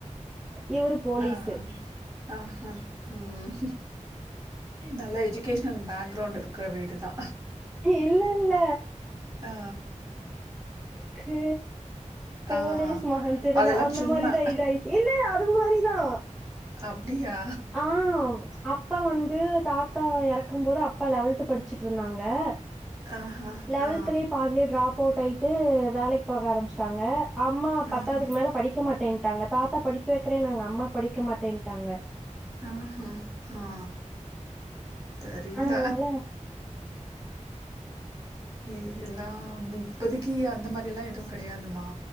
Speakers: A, in the centre; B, on the right.
A: இவரு போலீஸு
B: ஆ ஆஹ ம் நல்ல எஜுகேஷனல் பேக்ரவுண்ட் இருக் கற வீடுதா
A: இல்ல இல்ல
B: ஆ,
A: கே போலிஸ்
B: ஆ.
A: மகன் திருடன்
B: அதெல்லாம்
A: அந்த
B: சும்மா.
A: மாரிதா இதாயிடுச்சு இல்ல அது மாரி ஆ
B: அப்டியா?
A: ஆ அப்பா வந்து தாத்தா எறக் க்கும் போது அப்பா லெவல்த்து படிச்சிட்டு இருந்தாங்க ஆ
B: ஆஹா.
A: லெவல்த்லே
B: ஆ.
A: பாதில ட்ராப் அவுட் ஆயி விட்டு வேலைக்கு போக ஆரமிச்ட்டாங்க அம்மா பத்தாவதுக்கு
B: ஆஹா.
A: மேல படிக்க மாட்டேன் டாங்க தாத்தா படிக்க வைக்கிறேனாங்க அம்மா படிக்க மாட்டேன்ட்டாங்க
B: ஆஹ ஆ தெரில
A: அதனால
B: இதெல்லா மி இப்பதைக்கு அந்த மாரி எல்லா எதுவு கடையாதுமா